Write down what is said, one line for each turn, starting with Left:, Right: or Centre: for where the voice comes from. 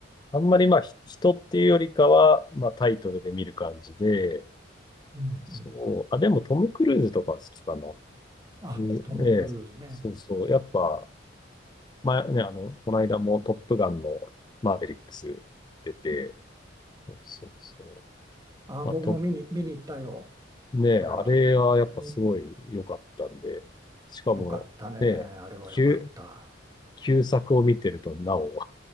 Left: あんまりまあ、ひ人っていうよりかは、まあタイトルで見る感じで、
Right: うんうん。
Left: そう。あ、でもトム・クルーズとかは好きかな。
Right: あ、
Left: でええそうそう。
Right: トム・クルーズね。
Left: やっぱ、まあね、あの、この間もトップガンのマーベリックス出て、そうそうそう。
Right: あ、
Left: まあ、
Right: 僕も見に、
Left: と、
Right: 見に行ったよ。
Left: ねえ、
Right: それは。
Left: あれはやっぱすごい良かったんで、
Right: うん。
Left: しかも、
Right: よかったね。
Left: ねえ、
Right: あれはよかった。
Left: きゅう旧作を見てると、なお